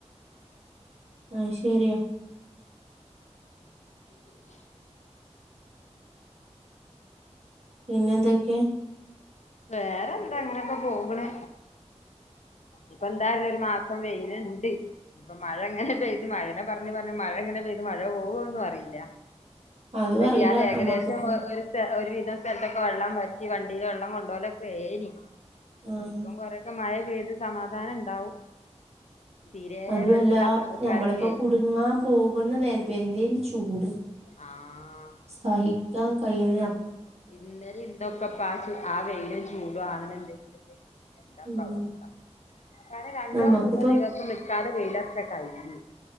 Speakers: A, on the right; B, on the left.
A: അത് ശരിയാ
B: <inaudible>
A: പിന്നെന്തൊക്കെയ
B: വേറെ എന്താ അങ്ങനെയൊക്കെ പോകണ് ഇപ്പ എന്തായാലും ഒരു മാസം വെയിലുണ്ട് ഇപ്പൊ മഴ എങ്ങനെ പെയ്ത് മഴനെ പറഞ്ഞ് പറഞ്ഞ് മഴ എങ്ങനെ പെയ്ത് മഴ പോകുവോന്നും അറിയില്ല <unintelligible>
A: അതും അറിയില്ല
B: ഏകദേശം
A: നമ്മക്കിപ്പോ
B: ഒരു ഒരു വിധം സ്ഥലത്തൊക്കെ വെള്ളം വറ്റി വണ്ടില് വെള്ളം കൊണ്ടോകലൊക്കെ ഏനി
A: ആഹ്
B: ഇപ്പം കൊറെ മഴ പെയ്ത് സമാധാനം ഉണ്ടാവും തീരെ
A: അതുവല്ല
B: വെള്ളല്ലാത്ത ആൾക്കാർക്കേ
A: ഞമ്മളിപ്പോ കുടുങ്ങാൻ പോകുന്ന നേരത്തെ എന്തേ <unintelligible> ചൂട്
B: ആഹ്
A: സഹിക്കാൻ കഴിയുന്നെയ
B: ഇന്നലെ ഇന്നൊക്കെപ്പആ ആ വെയിലും ചൂടും ആണുന്നുണ്ടെങ്കിലൊക്കെ എന്താപ്പ
A: ഉം
B: അവസ്ഥ കാരണം രണ്ടോ
A: നമ്മക്കിപ്പോ
B: മൂന്നോ ദിവസം നിക്കാതെ വെയിലുറച്ച കഴിയും